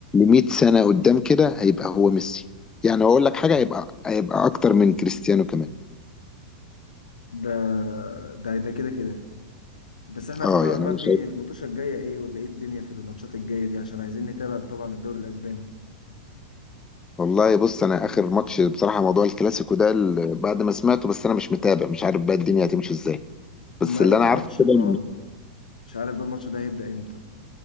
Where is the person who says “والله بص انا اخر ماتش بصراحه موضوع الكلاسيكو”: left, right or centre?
Left